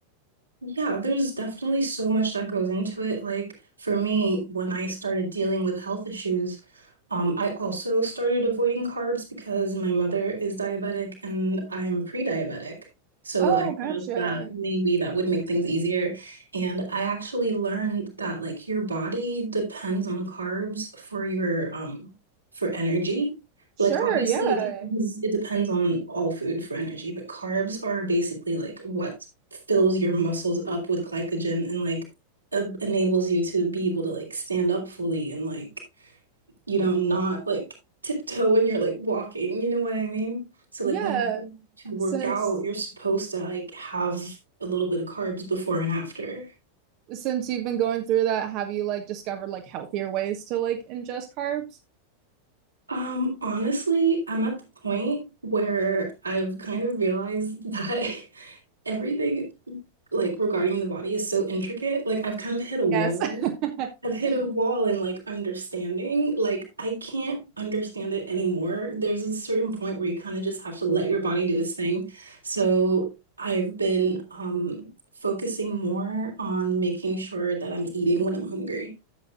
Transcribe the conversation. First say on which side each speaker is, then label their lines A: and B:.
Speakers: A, on the right; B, on the right.
A: Yeah, there's definitely so much that goes into it. Like for me, when I started dealing with health issues, um, I also started avoiding carbs because my mother is diabetic and I'm pre-diabetic. So
B: Oh,
A: I
B: gotcha.
A: thought that maybe that would make things easier. And I actually learned that like your body depends on carbs for your um for energy.
B: Sure.
A: Like obviously
B: Yeah.
A: it depends it depends on all food for energy, but carbs are basically like what fills your muscles up with glycogen and like uh, enables you to be able to like stand up fully and like you know not like tiptoe when you're like walking you know what I mean so
B: Yeah.
A: like when you go to work
B: Since
A: out you're supposed to like have a little bit of carbs before and after
B: since you've been going through that, have you like discovered like healthier ways to like ingest carbs?
A: um honestly I'm at the point where I've kind of realized that <laughs> everything like regarding the body is so intricate like I've kind of hit a wall
B: Yes. <laughs>
A: I've hit a wall in like understanding. Like I can't understand it anymore. There's a certain point where you kind of just have to let your body do its thing. So I've been um focusing more on making sure that I'm eating when I'm hungry.